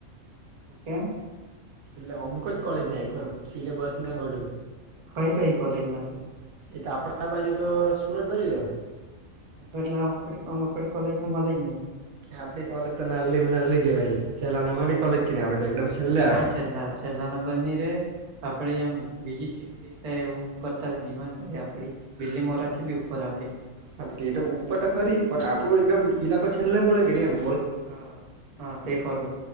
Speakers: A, on the right; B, on the right.
A: એમ.
B: એટલે અમુક જ કોલેજને આપ્યું એમ સિલેબસ ને બધું.
A: કઈ કઈ કોલેજમાં સે.
B: એ તો આપણા બાજુ તો સુરત બાજુ જવાનુ.
A: એટલે આપડી કોલેજમાં મલે જ નઈ.
B: આપડી કોલેજ તો નાલી નાલી કેવાાઈ સેલા નામની કોલેજ કે ને આપડે. તો એકદમ છેલ્લે
A: નહી
B: આવે
A: કા છેલ્લા છેલ્લા ના બની રે આપડીે એમ બીજી ચ સાહે એવું કરતા ડિમાન્ડ આપડી બિલ્લી મોરાથી બી ઉપર આપડી.
B: હા તે તો ઉપર તો ખરી પણ આપણું એકદમ ઈલાકો છેલ્લે પડે કે ને એમ. <inaudible>
A: હા. હા તે ખરું